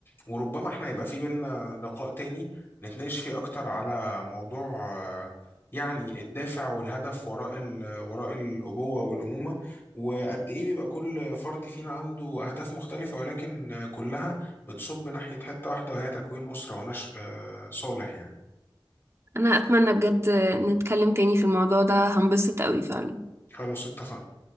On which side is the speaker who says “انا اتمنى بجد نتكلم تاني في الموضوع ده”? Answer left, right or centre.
Right